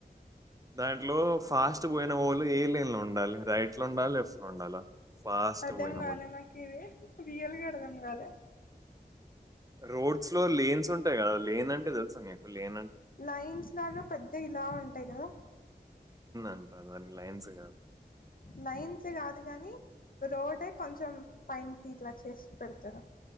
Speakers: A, on the right; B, on the left.
A: దాంట్లో ఫాస్ట్ పోయిన ఓళ్లు ఏ లైన్ లో ఉండాలి రైట్ లో ఉండాల లెఫ్ట్ లో ఉండాలా ఫాస్ట్
B: అర్ధం
A: పోయిన
B: కాలే
A: వాళ్ళు
B: నాకు ఇది రియల్గా అర్థం కాలే
A: రోడ్స్ లో లేన్స్ ఉంటాయి కదా లేన్ అంటే తెలుసా నీకు లేన్ అంటే
B: లైన్స్ లాగా పెద్ద ఇలా ఉంటాయి కదా
A: అంటా దానికి లైన్స్ కాద్
B: లైన్స్ కాదు కాని రోడే కొంచెం పైన్ కి ఇట్లా చేసి పెడతార